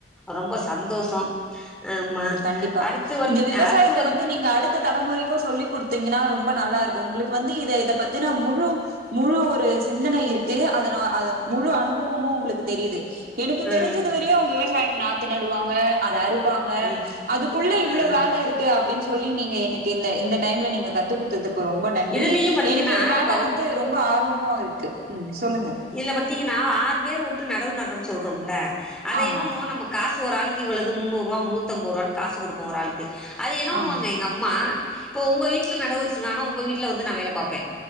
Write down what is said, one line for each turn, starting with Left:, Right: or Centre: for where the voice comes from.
Centre: ரொம்ப சந்தோஷோ ஆமா
Right: ம் கண்டிப்பா
Centre: அடுத்து வந்
Right: இந்த விவசாயத்த
Centre: அடுத்து வந்
Right: வந்து நீங்க அடுத்த தலமுறைக்கு சொல்லிக்குட் தீங்கன்னா ரொம்ப நல்லா இருக்கு உங்களுக்கு வந்து இத இத பத்தினா முழு முழு ஒரு சிந்தனை இருக்கு அதன அது முழு அனுபவமு உங்களுக்கு தெரியுது எனக்கு
Centre: ம்
Right: தெரிஞ்சது வரையு அவ்ங்க விவசாயம் நாத்து நடுவாங்க அதா அரு ங்க
Centre: ம்
Right: அதுக்குள்ள இவ்வளவு
Centre: ம்
Right: வேல இருக்கு அப்டின்னு சொல்லி நீங்க எனக்கு இந்த இந்த டைம்ல நீங்க கத்துகொ டுத்ததுக்கு ரொம்ப நன்றி
Centre: இதுலயு பாத்தீங்கன்னா
Right: எனக்கு இது மேல
Centre: இப்ப வந்
Right: வந்து ரொம்ப ஆர்வமு இருக்கு ம் சொல்லுங்க
Centre: இதுல பத்தீங்கன்னா ஆறு பேர் உட்டு நடவு நடுறோம்னு சொல்றோம்ல அதை
Right: ஆமா
Centre: என்ன பண்ணுவோ நம காசு ஒரு ஆளுக்கு இவ்வளவது முன்னூறு ரூா முன்னூத்திஐம்பது ரூ காசு கொடுப்ப ஒரு ஆளுக்கு அத என்ன பண்ணுவாங்க
Right: ஆமா
Centre: எங்க அம்மா இப்ப உங்க வீட்டல நட வச்சிருக்கா உங்க வீட்டல வந்து நா வேல பாப்பே